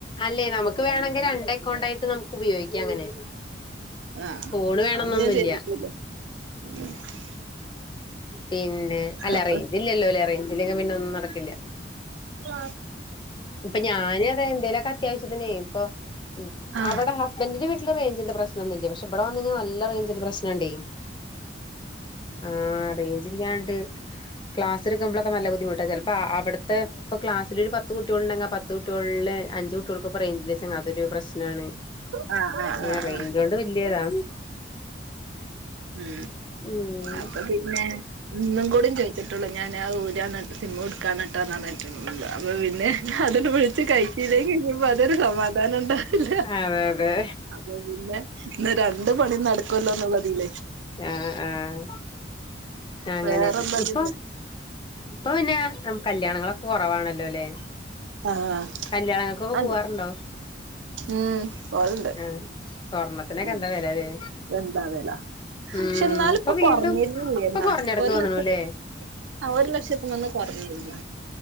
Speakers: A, on the left; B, on the right.
A: അല്ലെ നമുക്ക് വേണെങ്കി രണ്ട് എക്കൗണ്ടായിട്ട് നമുക്ക് ഉപയോഗിക്കാങ്ങനെ
B: ആ
A: ഫോണ് വേണന്നൊന്നുല്ല്യ
B: അന്ന് <inaudible>
A: പിന്നെ അല്ല
B: അപ്പൊ
A: റേഞ്ചില്ലല്ലോ ല്ലെ റേഞ്ചില്ലങ്കി പിന്നൊന്നും നടക്കില്ല
B: ആ
A: ഇപ്പൊ ഞാനും അതെ എന്തേലൊക്കെ അത്യാവശ്യത്തിനേ ഇപ്പൊ
B: ആ
A: അവടെ ഹസ്ബന്റ്ന്റിന്റെ വീ ട്ട് ല് റെയ്ഞ്ചിന്റെ പ്രശ്നൊന്നുല്ല പക്ഷെ ഇവടെ വന്ന് ങ് നല്ല റെയ്ഞ്ചിന്റെ പ്രശ്നണ്ടെ ആ റേഞ്ച്ല്ലാണ്ട് ക്ലാസ്ട്ക്ക്മ്ബ്ലോ ഇപ്പ നല്ല ബുദ്ധിമുട്ടാ ചെലപ്പോ അവ്ട്ത്തെ ഇപ്പ ക്ലാസ്സിലൊരു പത്ത് ത്ത് കുട്ട്യോള്ണ്ടെങ്കില് പത്ത് കുട്ട്യോൾല് അഞ്ച് കുട്ട്യോൾക്ക് പ്പൊ റെയ്ഞ്ച് <unintelligible> അതൊരു പ്രശ്
B: ആ ആ
A: ണ്റന്തൊണ്ട്
B: ആ ആ
A: വല്യതാ
B: ഉ
A: ഉം
B: അപ്പൊ പിന്നെ ഇന്നും കൂടി ചോദിച്ചിട്ടുള്ളൂ ഞാൻ ആ ഊരാണ് സിമ എടുക്കാണ്ട്ടാന്ന് പറഞ്ഞട്ടുള്ളത് അപ്പൊ പിന്നെ അതു വിളിച്ച് കഴിച്ചില്ലങ്കി അതൊരു സമാധാനം ഉണ്ടാവില്ല
A: ആഹ് അതെ അതെ
B: അത് പിന്നെ ഇന്ന് രണ്ട് പണി നടക്കുമല്ലോന്നുള്ളതില്ല
A: ആഹ ആഹ അങ്ങനെ
B: വേറെന്താ
A: ഇപ്പാ
B: പിന്നെ
A: ഇപ്പൊ പിന്നെ കല്യാണങ്ങളൊക്കെ കുറവാണല്ലോ അല്ലേ
B: ആഹ്
A: കല്യാണങ്ങൾക്കൊക്കെ
B: അതെ
A: പൂവാറുണ്ടോ
B: ഉം പോവലുണ്ട്
A: ആ സ്വർണ്ണത്തിനൊക്കെ
B: ഉം
A: എന്താ വിലല്ലേ
B: എന്താ വില
A: ഉം
B: പക്ഷെ എന്നാലിപ്പോ
A: ഇപ്പൊ വീണ്ടും
B: കുറഞ്ഞിരുന്നു
A: ഇപ്പൊ
B: എന്നാ
A: കുറഞ്ഞടക്ക്
B: ഒരു
A: തോന്നണല്ലേ
B: ലക്ഷത്ത് ആ ഒരു ലക്ഷത്തി നിന്ന് കുറഞ്ഞിരുന്നു